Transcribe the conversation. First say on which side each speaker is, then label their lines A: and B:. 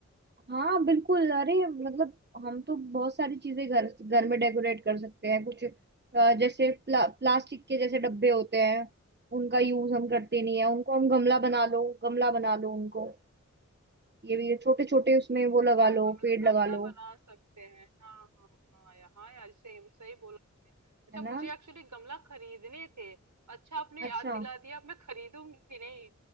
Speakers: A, on the right; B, on the right.
A: हाँ बिल्कुल अरे मतलब हम तो बहुत सारी चीजें घर घर में डेकोरेट कर सकते हैं कुछ अ, जैसे प्ला, प्लास्टिक के जैसे डब्बे होते हैं उनका यूज हम करते नहीं है उनको हम गमला बना
B: हाँ
A: लो गमला बना लो उनको ये भी छोटे छोटे उसमें वो लगा
B: हाँ
A: लो
B: गमला
A: पेड़
B: गमला
A: लगा लो
B: बना सकते हैं हाँ हाँ हाँ यार हाँ यार सही सही बोला आपने अच्छा
A: है
B: मुझे
A: ना
B: एक्चुअली गमला खरीदने थे अच्छा आपने याद
A: अच्छा
B: दिला दिया अब मैं खरीदूंगी नहीं